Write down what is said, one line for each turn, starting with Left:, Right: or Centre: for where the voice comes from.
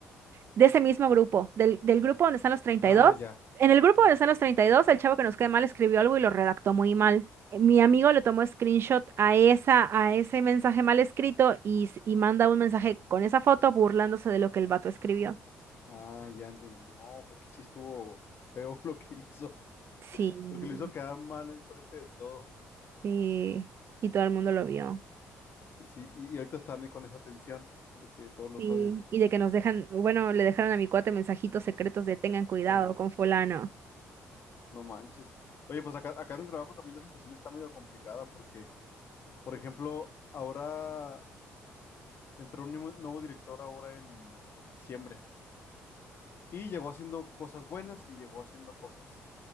Right: de ese mismo grupo, del, del grupo donde están los treinta
Left: Ah,
Right: y dos
Left: ya.
Right: En el grupo
Left: Ya
Right: donde
Left: entendí.
Right: están los 32 el chavo que nos cae mal escribió algo y lo redactó muy mal. Eh, Mi amigo le tomó screenshot a esa, a ese mensaje mal escrito y, s- y manda un mensaje con esa foto burlándose de lo que el vato escribió.
Left: Ah, ya entendí. No, fue que sí estuvo feo <laughs> lo que hizo.
Right: Sí,
Left: Lo que lo hizo quedar mal enfrente de todos.
Right: sí, y todo el mundo lo vio.
Left: Sí, y, y ahorita están con esa tensión de que todos los
Right: Sí,
Left: odian.
Right: y de que nos dejan, bueno, le dejaron a mi cuate mensajitos secretos de tengan cuidado
Left: No manches,
Right: con fulano.
Left: no manches. Oye, pues acá, acá en el trabajo también la situación está medio complicada porque, por ejemplo, ahora entró un nuevo nuevo director ahora en, en diciembre. Y llegó haciendo cosas buenas y llegó haciendo cosas